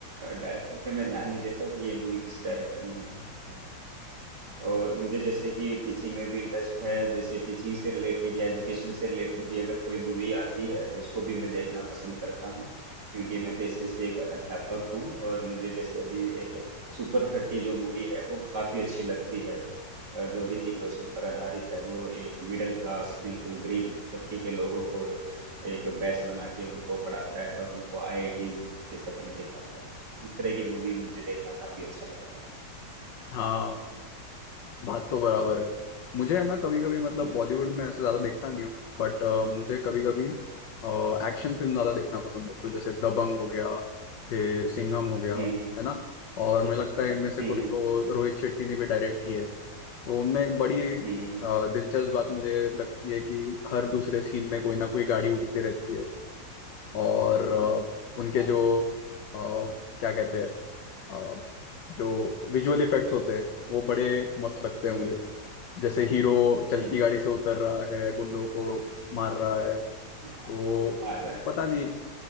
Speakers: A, on the right; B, on the left.
A: डायरेक्टर पे मैं ध्यान नहीं देता कि ये मूवी किस डायरेक्टर ने है और मुझे जैसे कि टीचिंग में भी इंटरेस्ट है जैसे टीचिंग से रिलेटेड या एजुकेशन से रिलेटेड भी अगर कोई मूवी आती है तो उसको भी मैं देखना पसंद करता हूँ क्योंकि मैं पेशे से एक अध्यापक हूँ और मुझे जैसे अभी एक सुपर थर्टी जो मूवी है वो काफ़ी अच्छी लगती है अ, जो ऋतिक रोशन पर आधारित है वो एक मिडिल क्लास बिल्कुल गरीब तबके के लोगों को एक बैच बना के उनको पढ़ाता है और उनको आईआईटीज के सपने दिखाता है इस तरह की मूवी मुझे देखना काफ़ी अच्छा लगता है
B: हाँ बात तो बराबर है मुझे है ना कभी कभी मतलब
A: हम्म
B: बॉलीवुड में ऐसे ज्यादा देखता नहीं हूँ बट मुझे कभी कभी एक्शन फिल्म ज्यादा देखना पसंद है तो जैसे दबंग हो गया फिर सिंघम हो गया
A: हम्म
B: है ना और मुझे लगता
A: हम्म,
B: है इनमें से
A: हम्म,
B: कोई तो रोहित शेट्टी ने भी डायरेक्ट की है तो उनमें एक बड़ी
A: हम्म,
B: अ, दिलचस्प बात मुझे लगती है कि हर दूसरे सीन में कोई ना कोई गाड़ी उड़ती रहती है और अ, उनके
A: हाँ,
B: जो अ, क्या कहते हैं अ, जो विजुअल इफेक्ट्स होते हैं वो बड़े मस्त लगते
A: हम्म,
B: हैं मुझे जैसे हीरो
A: हम्म,
B: चलती गाड़ी से उतर रहा है गुंडों को मार रहा है तो
A: हाँ, मार रहा
B: वो
A: है
B: पता नहीं